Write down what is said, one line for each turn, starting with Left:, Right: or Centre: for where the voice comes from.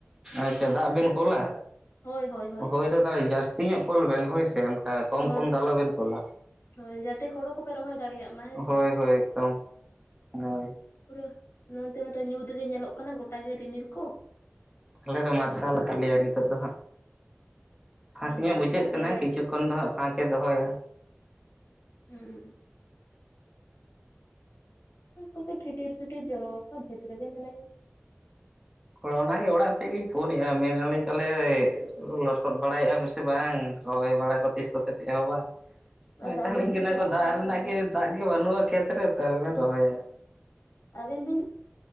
Right: ᱟᱪᱪᱷᱟ ᱫᱟᱜ ᱵᱮᱱ ᱠᱳᱞᱼᱟ
Left: ᱦᱳᱭ ᱦᱳᱭ ᱦᱳᱭ
Right: ᱦᱳᱭᱛᱚ ᱛᱟᱦᱚᱞᱮ ᱡᱟᱹᱥᱛᱤ ᱧᱚᱜ ᱠᱳᱞ ᱵᱮᱱ ᱦᱳᱭ ᱥᱮ ᱠᱚᱢ
Left: ᱦᱳᱭ
Right: ᱠᱚᱢ ᱫᱚ ᱟᱞᱚ ᱵᱮᱱ ᱠᱳᱞᱟ
Left: ᱦᱳᱭ ᱡᱟᱛᱮ ᱦᱳᱲᱳ ᱠᱚᱯᱮ ᱨᱚᱦᱚᱭ ᱫᱟᱲᱮᱭᱟᱜ ᱢᱟ ᱦᱮᱸᱥᱮ
Right: ᱦᱳᱭ ᱦᱳᱭ ᱮᱠᱫᱚᱢ ᱦᱚᱭ
Left: ᱯᱩᱨᱟᱹ ᱱᱚᱱᱛᱮ ᱢᱟᱛᱚ ᱧᱩᱛ ᱜᱮ ᱧᱮᱞᱚᱜ ᱠᱟᱱᱟ ᱜᱚᱴᱟ ᱜᱮ ᱨᱤᱢᱤᱞ ᱠᱚ
Right: ᱟᱞᱮ ᱫᱚ ᱢᱟᱨᱥᱟᱞ ᱠᱟᱜ ᱞᱮᱭᱟ ᱱᱤᱛᱚᱜ ᱫᱚ ᱦᱟᱸᱜ ᱯᱷᱟᱸᱠ
Left: ᱟᱨᱚ
Right: ᱧᱚᱜ
Left: ᱢᱟᱨᱥᱟᱞ
Right: ᱵᱩᱡᱷᱟᱹᱜ ᱠᱟᱱᱟ
Left: ᱜᱮ ᱢᱮᱱ
Right: ᱠᱤᱪᱷᱩ ᱠᱷᱚᱱ ᱫᱚ ᱦᱟᱸᱜ ᱯᱷᱟᱸᱠᱮ ᱫᱚᱦᱚᱭᱟ
Left: ᱦᱩᱸ ᱠᱚ ᱯᱷᱤᱴᱤᱨ ᱯᱷᱤᱴᱤᱨ ᱡᱚᱨᱚ ᱟᱠᱟ ᱵᱷᱮᱛ ᱨᱮᱜᱮ ᱢᱮᱱᱟᱭᱟ
Right: ᱦᱳᱭ ᱚᱱᱟᱜᱮ ᱚᱲᱟᱜ ᱥᱮᱫ ᱞᱤᱧ ᱯᱷᱳᱱᱮᱫᱼᱟ ᱢᱮᱱ ᱫᱟ ᱞᱤᱧ ᱛᱟᱦᱚᱞᱮ ᱞᱚᱥᱚᱫ ᱵᱟᱲᱟᱭᱮᱫᱼᱟ ᱯᱮ ᱥᱮ ᱵᱟᱝ ᱨᱚᱦᱚᱭ ᱵᱟᱲᱟ ᱠᱚ ᱛᱤᱥ ᱠᱚᱛᱮ ᱯᱮ ᱮᱦᱚᱵᱟ
Left: ᱟᱫᱚ
Right: ᱢᱮᱛᱟᱞᱤᱧ
Left: ᱟᱹᱵᱤᱱ ᱵᱤᱱ
Right: ᱠᱟᱱᱟ
Left: ᱪᱟᱞᱟᱣ
Right: ᱠᱚ ᱫᱟᱜ
Left: ᱠᱚᱜᱼᱟ
Right: ᱨᱮᱱᱟᱜ
Left: ᱛᱟᱦᱚᱞᱮ
Right: ᱜᱮ ᱫᱟᱜ ᱜᱮ ᱵᱟᱹᱱᱩᱜᱼᱟ ᱠᱷᱮᱛ ᱨᱮ ᱚᱠᱟ ᱨᱮᱵᱤᱱ ᱨᱚᱦᱚᱭᱟ
Left: ᱟᱵᱤᱱ ᱵᱤᱱ